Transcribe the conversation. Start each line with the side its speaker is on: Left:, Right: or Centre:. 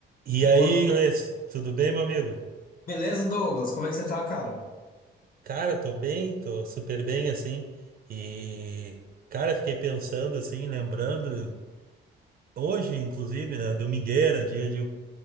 Right: E
Left: Boa
Right: aí,
Left: no-
Right: Gleice, tudo bem, meu amigo?
Left: Beleza, Douglas? Como é que você tá, cara?
Right: Cara, tô bem, tô super bem, assim. E, cara, fiquei pensando, assim, lembrando, hoje, inclusive, né, domingueira, dia de.